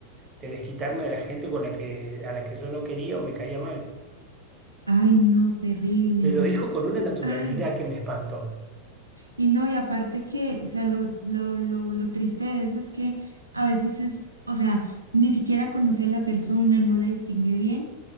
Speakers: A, on the right; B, on the right.
A: de desquitarme de la gente con la que, a la que yo no quería o me caía mal.
B: Ay, no, terrible.
A: Me lo dijo con una naturalidad
B: Ay.
A: que me espantó.
B: Y no, y aparte que, o sea, lo, lo, lo, lo triste de eso es que a veces es, o sea, ni siquiera conoce a la persona, no la distingue bien